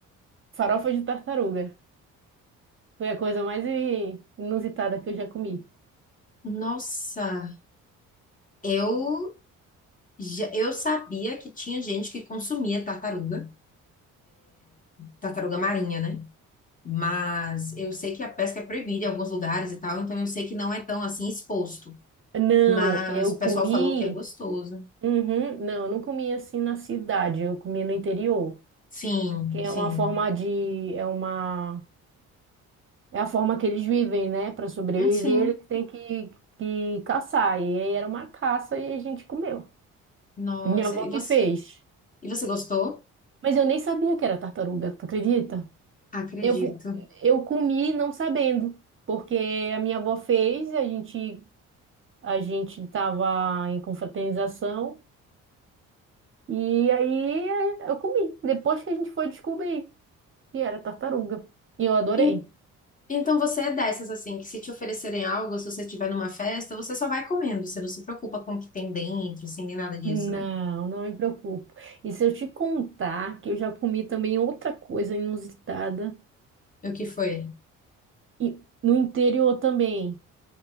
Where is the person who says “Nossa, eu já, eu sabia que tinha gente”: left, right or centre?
Left